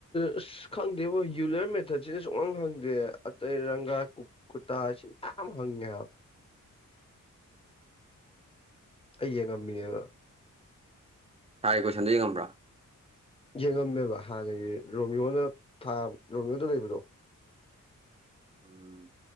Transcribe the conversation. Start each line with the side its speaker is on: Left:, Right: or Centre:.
Left: ꯑꯁ ꯈꯪꯗꯦꯕ ꯌꯨꯂꯔ ꯃꯦꯊꯠꯁꯤꯗ ꯁꯨꯡꯍꯥꯡ ꯈꯪꯗꯦ ꯑꯇꯩ ꯔꯪꯒꯥ ꯀꯠꯇ ꯁꯤ ꯀ ꯍꯪꯉꯦ
Right: <inaudible>
Left: ꯑꯩ ꯌꯦꯡ ꯉꯝꯃꯤꯅꯦꯕ
Right: ꯁꯥꯥꯏ ꯀꯣꯏꯁꯟꯗꯗꯤ ꯉꯝꯕ꯭ꯔꯥ
Left: ꯌꯦꯡꯉꯝꯃꯦꯕ ꯍꯥꯟꯅꯒꯤ ꯔꯣꯃꯤꯌꯣꯅꯥ ꯔꯣꯃꯤꯌꯣꯗ ꯂꯩꯕꯗꯣ
Right: ꯎꯝ